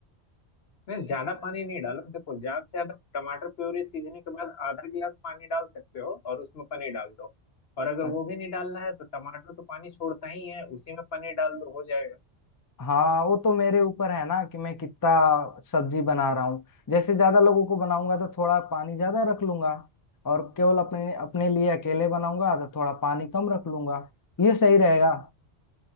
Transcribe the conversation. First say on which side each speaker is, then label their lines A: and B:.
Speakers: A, on the left; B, on the left.
A: नहीं ज्यादा पानी नहीं डालो देखो ज्यादा से ज्यादा टमाटर प्यूरी सीजने के बाद आधा गिलास पानी डाल सकते हो और उसमें पनीर डाल दो और अगर
B: अ-
A: वो भी नहीं डालना है तो टमाटर तो पानी छोड़ता ही है उसी में पनीर डाल दो हो जाएगा
B: हाँ वो तो मेरे ऊपर है ना कि मैं कितना सब्जी बना रहा हूँ जैसे ज्यादा लोगों को बनाऊंगा तो थोड़ा पानी ज्यादा रख लूंगा और केवल अपने अपने लिए अकेले बनाऊंगा तो थोड़ा पानी कम रख लूंगा ये सही रहेगा